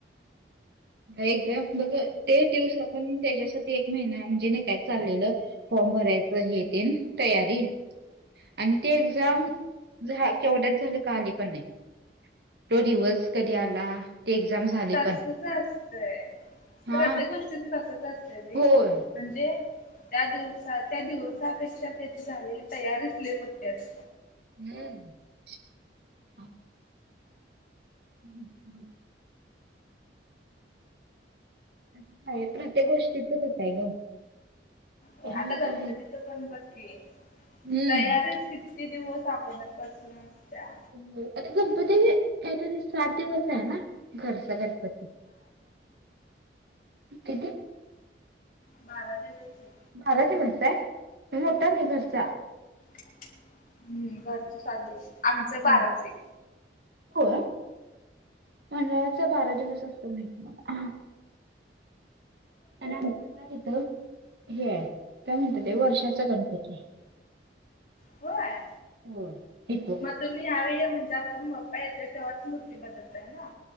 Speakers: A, on the right (about 60°); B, on the left (about 50°).
A: एकदम बघ ते दिवस आपण त्याच्यासाठी एक महिना म्हणजे नाही काय चाललेलं फॉर्म भरायचं हे ते तयारी आणि ते एक्झाम झा केवढ्याच झाल्या का आली पण नाही. तो दिवस कधी आला ते एक्झाम झाली
B: तसच
A: पण
B: असतंय
A: हा
B: प्रत्येक गोष्टीन तसच असतंय मी
A: होय
B: म्हणजे त्या दिवसा त्या दिवसापेक्षा त्याची झालेली तयारीच ल म्हते अस.
A: हम्म. हम् ब. काय प्रत्येक गोष्टीचच अस आहे ग.
B: हो
A: त्यामुळे
B: आता गणपतीचं
A: काय
B: पण बघकी.
A: हम्म
B: तयारीच किती दिवस अगोदर कूनचत्या.
A: हो आता गणपती कातरी सात दिवस आहे ना घर सगर. किती?
B: बारा दिवस आहे.
A: भाराात आहे म्हणसा आहे म मोठा नाही घरचा.
B: हम्म घरचे सात दिवस आमचं बारच
A: हा
B: आहे.
A: हो मंडळाचा बारा दिवस असतो मामला. आणि आमच काय येत हे काय म्हणत ते वर्षाच गणपती.
B: होय
A: हो हपो.
B: तुम्ही यावेळी या म्हणजे आता पप्पा येतो तेव्हाच मूर्ती बदलताय ना.